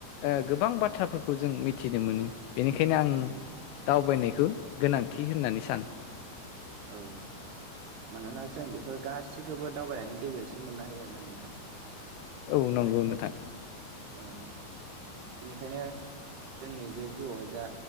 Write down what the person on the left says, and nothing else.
ओ गोबां बाथ्राफोरखौ जों मिथिनो मोनो। बेनिखायनो आं
दावबायनायखौ गोनांथि होननानै सानो।
औ नंगौ नोंथां।